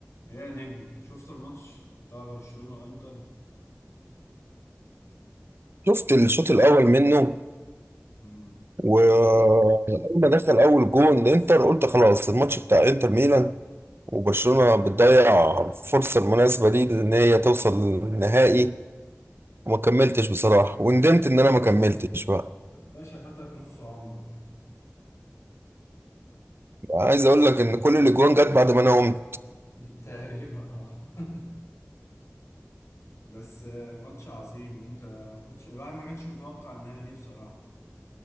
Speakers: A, on the left (about 70°); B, on the right (about 50°).
A: ايه يا نجم شفت الماتش بتاع برشلونة وانتر
B: شفت الشوط الاول منه
A: امم
B: واول ما دخل اول جون الانتر قلت خلاص الماتش بتاع انتر ميلان وبرشلونة بتضيع الفرصة المناسبة دي ان هي توصل للنهائي وما كملتش بصراحة وندمت ان انا ما كملتش بقى
A: باشا فاتك نص عمرك
B: عايز اقول لك ان كل الاجوان جت بعد ما انا قمت
A: <laughs> تقريبا اه <laughs> بس آه، ماتش عظيم انت ما كنتش الواحد ما كانش متوقع النهاية دي بصراحة